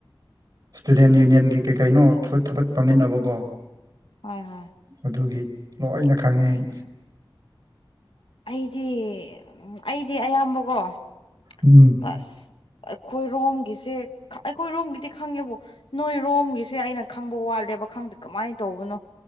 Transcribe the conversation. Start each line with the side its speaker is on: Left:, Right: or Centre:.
Right: ꯏꯁꯇꯨꯗꯦꯟ ꯌꯨꯅꯤꯌꯟꯒꯤ ꯀꯩ ꯀꯩꯅꯣ ꯊꯕꯛ ꯄꯝꯃꯤꯟꯅꯕꯀꯣ
Left: ꯍꯣꯏ ꯍꯣꯏ
Right: ꯑꯗꯨꯒꯤ ꯂꯣꯏꯅ ꯈꯪꯉꯦ ꯑꯩ
Left: ꯑꯩꯗꯤ ꯑꯩꯗꯤ ꯑꯌꯥꯝꯕꯀꯣ ꯑꯁ
Right: ꯎꯝ
Left: ꯑꯩꯈꯣꯏꯔꯣꯝꯒꯤꯁꯦ ꯑꯩꯈꯣꯏꯔꯣꯝꯒꯤꯗꯤ ꯈꯪꯉꯦꯕꯨ ꯅꯣꯏꯔꯣꯝꯒꯤꯁꯦ ꯑꯩꯅ ꯈꯪꯕ ꯋꯥꯠꯂꯦꯕ ꯄꯥꯈꯪꯗ ꯀꯃꯥꯏꯅ ꯇꯧꯕꯅꯣ